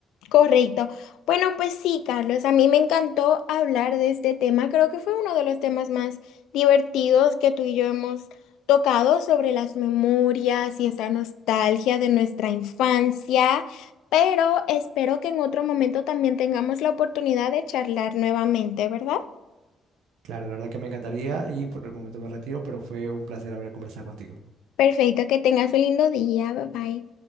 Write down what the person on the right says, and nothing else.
Claro, la verdad que me encantaría y por el momento me retiro, pero fue un placer haber conversado contigo.